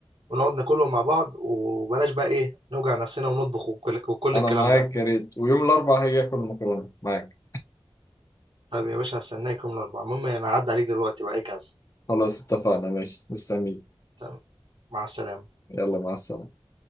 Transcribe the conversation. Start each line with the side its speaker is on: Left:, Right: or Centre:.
Right: ونقعد ناكلهم مع بعض وبلاش بقى ايه نوجع نفسنا ونطبخ وكل, وكل
Left: أنا
Right: الكلام
Left: معاك
Right: ده
Left: يا ريت ويوم الأربعاء هاجي آكل مكرونة معاك
Right: طيب يا باشا هستناكم الاربعاء المهم انا هعدي عليك دلوقتي بقى اجهز
Left: خلاص اتفقنا ماشي مستنيك
Right: تمام، مع السلامة
Left: يلا مع السلامة